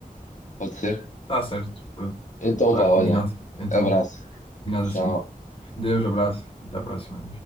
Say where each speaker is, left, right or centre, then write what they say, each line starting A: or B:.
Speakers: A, on the left; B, on the left.
A: Pode ser?
B: Está certo, pronto,
A: Então
B: está
A: vá, olha.
B: combinado. Então,
A: Abraço.
B: combinado
A: Tchau.
B: assim. Deus, abraço. Até a próxima.